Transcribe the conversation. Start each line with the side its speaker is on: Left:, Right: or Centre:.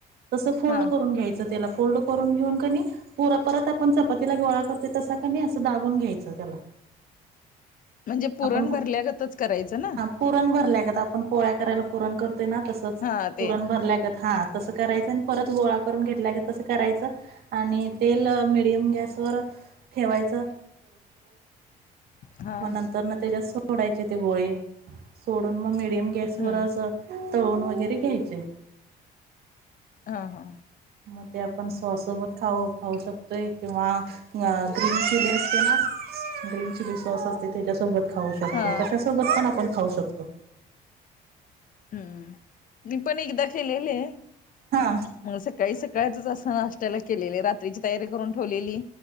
Right: तसं
Left: हा
Right: त्या फोल्ड करून घेऊन कपत आपण चपातीला गोळा करते तसा किनी असं दाबुन घ्यायचं त्याला
Left: म्हणजे पुरण
Right: हा आपण
Left: भरल्यागतच करायचं ना
Right: पुरण भरल्यागत आता आपण पोळ्या करायला पुरण करतोय ना तसंच
Left: हा
Right: पुरण
Left: ते
Right: भरल्या हा तसं करायचं परत गोळा घेत करायचं आणि तेल मिडयम गॅसवर ठेवायचं
Left: हा
Right: मग नंतर न त्याच्यात सोडायचे ते बोळे सोडून मग मडियम गॅसवरच
Left: हम्म
Right: तळून वगैरे घ्यायचे
Left: हा हा.
Right: मग ते आपण स्वाससोबत खाऊ खाऊ शकतोय किंवा ग्रीन चिली असतें ना ग्रीन चिली सॉस असतें त्याच्यासोबत खाऊ शकतो
Left: हा
Right: कशा सोबत पण आपण खाऊ शकतो?
Left: हम्म मी पण एकदा केेलेले
Right: हा
Left: मग सकाळी सकाळच असं नाश्त्याला केलेलं रात्रीची तयारी करून ठेवलेली.